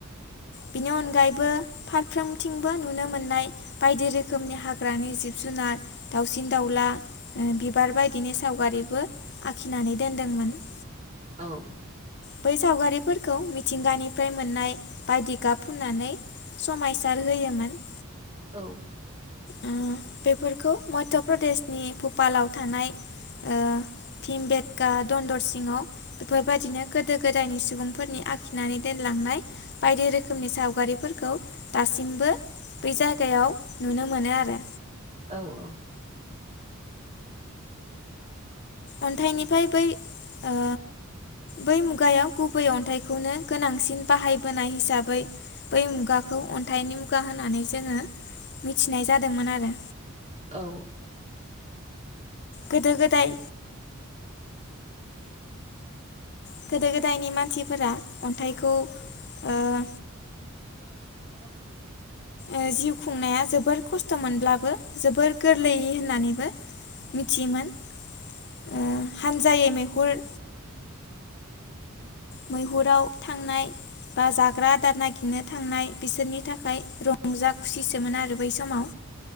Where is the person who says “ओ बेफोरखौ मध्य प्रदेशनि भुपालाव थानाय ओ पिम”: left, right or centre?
Left